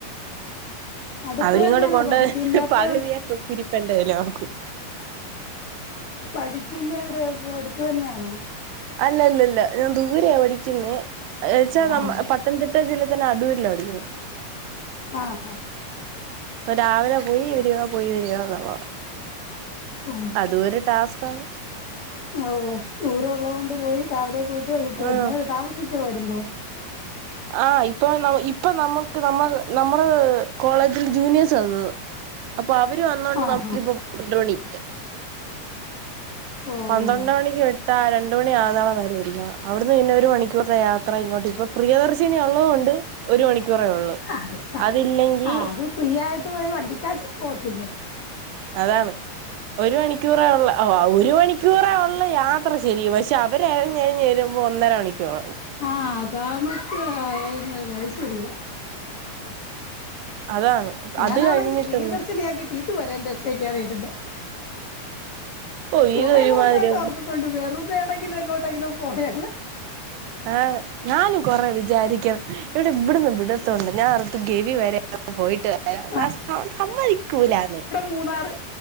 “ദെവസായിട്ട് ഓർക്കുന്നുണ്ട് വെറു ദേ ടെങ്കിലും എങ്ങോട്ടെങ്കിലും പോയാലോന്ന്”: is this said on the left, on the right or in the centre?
Left